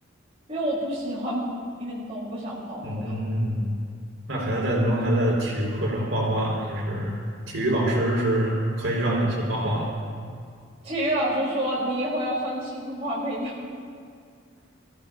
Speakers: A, on the right (about 30°); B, on the right (about 65°).
A: 因为我不喜欢运动，不想跑步。
B: 嗯，那还在能还在体育课上画画，也是体育老师是可以让你去画画吗？
A: 体育老师说你以后要上清华北大，